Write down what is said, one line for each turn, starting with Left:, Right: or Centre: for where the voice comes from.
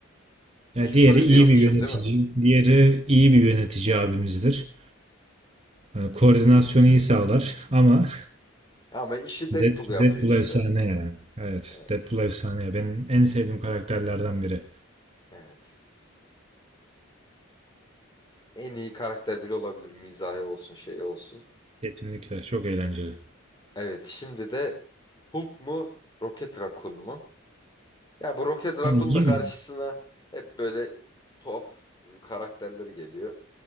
Right: Yani
Left: Nick
Right: diğeri
Left: Fury
Right: iyi
Left: diyormuşum
Right: bir yönetici,
Left: değil mi?
Right: diğeri iyi bir yönetici abimizdir. Yani koordinasyonu iyi sağlar ama
Left: Ama işi
Right: <laughs>
Left: Deadpool
Right: Dead,
Left: yapıyor
Right: Deadpool
Left: işte.
Right: efsane yani. Evet,
Left: Evet.
Right: Deadpool efsane ya. Benim en sevdiğim karakterlerden biri.
Left: Evet. En iyi karakter bile olabilir. Mizahi olsun, şey olsun.
Right: Kesinlikle çok eğlenceli.
Left: Evet, şimdi de Hulk mu, Rocket Raccoon mu? Ya bu Rocket Raccoon
Right: Yani yine
Left: da karşısına hep böyle tuhaf karakterleri geliyor.